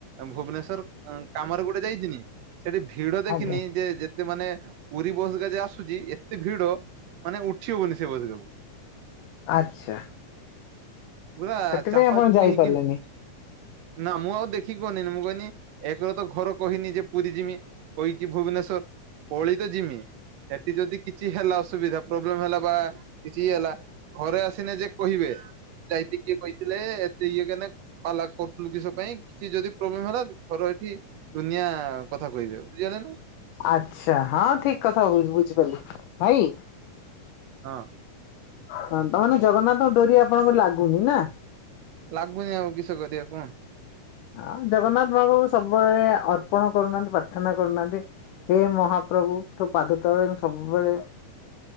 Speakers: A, on the right; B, on the left.
A: ଭୁବନେଶ୍ଵର କାମରେ ଗୋଟେ ଯାଇଥିନି। ସେଠି ଭିଡ ଦେଖିନି
B: ଆଜ୍ଞା
A: ଯେ ଯେ ଏତେ ମାନେ ପୁରୀ ବସ୍ ହେରିକା ଯୋଉ ଆସୁଚି ଏତେ ଭିଡ଼ ମାନେ ଉଠି ହଉନି ସେ ବସ୍ ରାକୁ।
B: ଆଚ୍ଛା।
A: ପୁରା
B: ସେଥିପାଇଁ
A: ଚାପା
B: ଆପଣ
A: ଚୁପି
B: ଯାଇପାରିଲେନି
A: ହେଇକି ନା ମୁଁ ଆଉ ଦେଖିକି ଗନିନି। ମୁଁ କହିନି ଏକରେ ତ ଘରେ କହିନି ଯେ ପୁରୀ ଯିବି କହିଚି ଭୁବନେଶ୍ଵର। ପଳେଇ ତ ଯିମି। ସେଠି ଯଦି କିଛି ହେଲା ଅସୁବିଧା ପ୍ରୋବ୍ଲେମ୍ ହେଲା ବା କିଛି ହେଲା ଘରେ ଆସିନେ ଯେ କହିବେ, ଯାଇକି କିଏ କହିଥିଲେ ଏତେ ଇଏ କେନେ ପାଲା କରୁଥିଲୁ କିଷ ପାଇଁ, କିଛି ଯଦି ପ୍ରୋବ୍ଲେମ ହେଲା ଘର ଏଠି ଦୁନିଆ କଥା କହିବେ ବୁଝିହେଲା ନା।
B: ଆଚ୍ଛା। ହଁ ଠିକ୍ କଥା କହୁଛନ୍ତି ବୁଝିପାରିଲି। ଭାଇ
A: ହଁ।
B: ତା ମାନେ ଜଗନ୍ନାଥଙ୍କ ଡୋରି ଆପଣଙ୍କ ର ଲାଗୁନି ନା?
A: ଲାଗୁନି ଆଉ କିଷ କରିବା କୁହ।
B: ହଁ ଜଗନ୍ନାଥ ପ୍ରଭୁ ସବୁବେଳେ ଅର୍ପଣ କରୁନାହାନ୍ତି ପ୍ରାର୍ଥନା କରୁନାହାନ୍ତି। ହେ ମହାପ୍ରଭୁ ତୋ ପାଦ ତଳେ ମୁଁ ସବୁବେଳେ